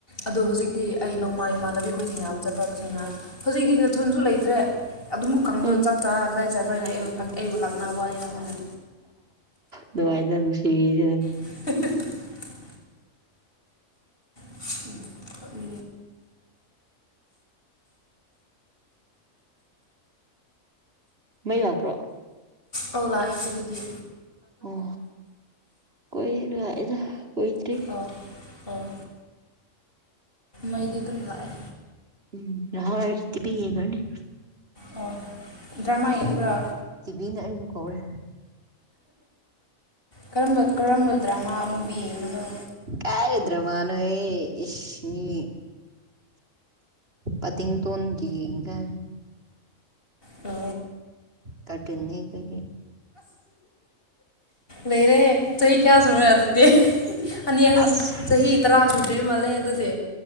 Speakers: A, on the left; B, on the right.
A: ꯑꯗꯣ ꯍꯧꯖꯤꯛꯇꯤ ꯑꯩ ꯅꯣꯡꯃꯥ ꯏꯃꯥꯟꯅꯕꯤꯈꯣꯏ ꯁꯦꯡꯅꯕ ꯆꯠꯄ ꯑꯗꯨꯦꯡꯅꯔꯦ ꯍꯧꯖꯤꯛꯇꯤ ꯅ ꯏꯊꯨꯁꯨ ꯂꯩꯇ꯭ꯔꯦ ꯑꯗꯨꯕꯨ ꯀꯥꯡꯕꯨꯗ
B: ꯎꯝ
A: ꯆꯥꯛ ꯆꯥꯔꯒ ꯀꯗꯥꯏ ꯆꯥꯕ꯭ꯔꯥ ꯍꯥꯏꯅ ꯑꯩꯕꯨ ꯐ ꯑꯩꯕꯨ ꯂꯥꯛꯅꯕꯅꯤꯅ ꯃꯣꯏꯅ
B: ꯅꯨꯡꯉꯥꯏꯖꯅ ꯅꯨꯡ ꯁꯤꯕꯤꯗ
A: <inaudible> ꯎꯝ
B: ꯃꯩ ꯂꯥꯛꯄ꯭ꯔꯣ
A: ꯑꯧ ꯂꯥꯛꯦꯁꯦ ꯑꯗꯨꯗꯤ
B: ꯑꯣ ꯀꯣꯏꯅꯅꯨꯡꯖ ꯀꯣꯏꯗꯔꯤ
A: ꯑꯣ ꯑꯣ ꯃꯩꯗꯤ ꯑꯗꯨꯝ ꯂꯥꯛꯑꯦ
B: ꯎꯝ ꯍꯥꯎ ꯏꯔꯇꯕꯤꯤ ꯌꯦꯒꯅꯤ
A: ꯑꯣ ꯗ꯭ꯔꯃꯥ ꯌꯦꯡꯕ꯭ꯔꯥ
B: ꯇꯤꯚꯤꯅ ꯑꯩꯕꯨ ꯀꯧꯔꯦ
A: ꯀꯔꯝꯕ ꯗ꯭ꯔꯃꯥ ꯃꯨꯚꯤ ꯌꯦꯡꯕꯅꯣ
B: ꯀꯥꯏꯔꯔꯤꯗ꯭ꯔꯃꯅ ꯍꯁꯃꯤ ꯑꯗꯤꯤꯡ ꯇꯒ
A: ꯇ
B: ꯇꯇꯅꯤꯅꯤ ꯀꯩꯒꯤ
A: ꯂꯩꯔꯦ ꯆꯍꯤ ꯆꯍꯤ ꯀꯌꯥ ꯁꯅꯦ ꯑꯗꯨꯗꯤ ꯑꯅꯤ ꯑꯍꯨꯝ
B: ꯑꯁ
A: ꯆꯍꯤ ꯇꯔꯥ ꯁꯨꯗ꯭ꯔꯤꯕ ꯃꯥꯜꯂꯦ ꯑꯗꯨꯗꯤ